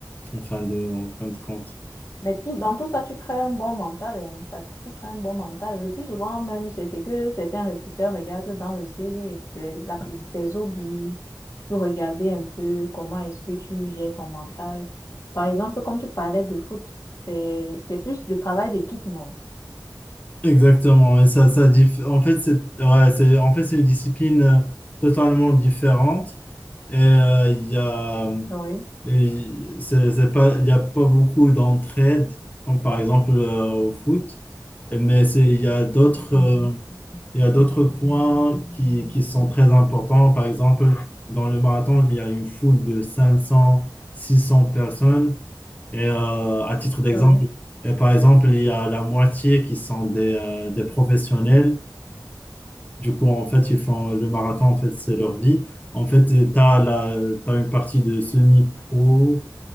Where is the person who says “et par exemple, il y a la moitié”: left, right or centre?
Left